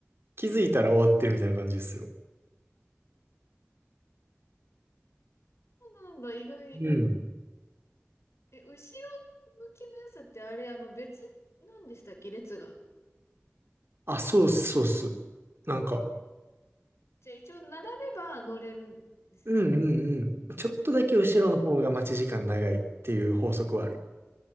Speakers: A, on the right; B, on the left.
A: 気づいたら終わってるみたいな感じですよ。
B: うなんだ、意外。
A: うん。
B: え、後ろ向きのやつってあれ、あの別なんでしたっけ、列が。
A: あ、そうっす、そうっす。なんか、
B: じゃあ一応並べば乗れるんですね。
A: うんうんうん。ちょっとだけ後ろの方が待ち時間長いっていう法則はある。
B: あ、